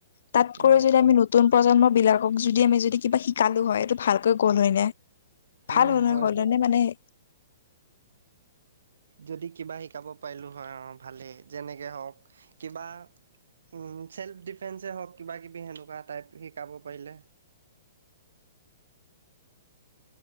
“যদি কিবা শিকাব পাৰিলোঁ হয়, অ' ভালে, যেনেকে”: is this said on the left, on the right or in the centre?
Right